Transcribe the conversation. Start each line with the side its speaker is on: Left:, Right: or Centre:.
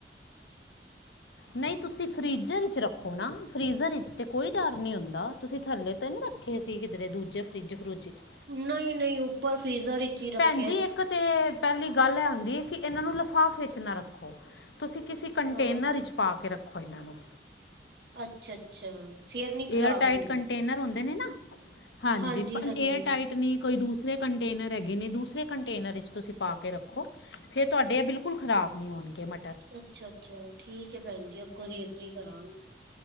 Left: ਨਈ, ਤੁਸੀਂ ਫਰੀਜ਼ਰ ਵਿੱਚ ਰੱਖੋ ਨਾ, ਫਰੀਜ਼ਰ ਵਿੱਚ ਕੋਈ ਡਰ ਨਈ ਹੁੰਦਾ, ਤੁਸੀਂ ਥੱਲੇ ਤਾਂ ਨੀ ਰੱਖੇ ਹੋਏ ਸੀਂ, ਕਿਧਰੇ ਦੂਜੇ ਫਰਿੱਜ-ਫਰੂੱਜ'ਚ?
Right: ਨਈ-ਨਈ ਉੱਪਰ ਫ੍ਰੀਜ਼ਰ ਹੀ ਰੱਖਿਆ
Left: ਭੈਣ ਜੀ, ਇੱਕ ਤੇ ਪਹਿਲੀ ਗੱਲ ਇਹ ਹੁੰਦੀ ਐ ਕਿ, ਇਹਨਾਂ ਨੂੰ ਲਿਫ਼ਾਫੇ ਵਿੱਚ ਨਾ ਰੱਖੋ ਤੁਸੀਂ ਕਿਸੇ ਕੰਟੇਨਰ
Right: ਹਾਂ
Left: ਵਿੱਚ ਪਾ ਕੇ ਰੱਖੋ ਇਹਨਾਂ ਨੂੰ।
Right: ਅੱਛਾ-ਅੱਛਾ। ਫੇਰ ਨੀ
Left: ਏਅਰਟਾਈਟ
Right: ਖ਼ਰਾਬ ਹੁੰਦੇ
Left: ਕੰਟੇਨਰ ਹੁੰਦੇ ਨੇ ਨਾ, ਹਾਂਜੀ,
Right: ਹਾਂਜੀ-ਹਾਂਜੀ
Left: ਏਅਰਟਾਈਟ ਨਈ ਕੋਈ ਦੂਸਰੇ ਕੰਟੇਨਰ ਹੈਗੇ ਨੇ, ਦੂਸਰੇ ਕੰਟੇਨਰ ਵਿੱਚ ਤੁਸੀਂ ਪਾ ਕੇ ਰੱਖੋ ਫਿਰ ਤੁਹਾਡੇ ਇਹ ਬਿਲਕੁਲ ਖਰਾਬ ਨਈ ਹੋਣਗੇ ਮ
Right: ਅੱਛਾ-ਅੱਛਾ, ਠੀਕ ਏ ਭੈਣ ਜੀ, ਅੱਗੋਂ ਦੀ ਏਦਾਂ ਕਰਾਂਗੇ।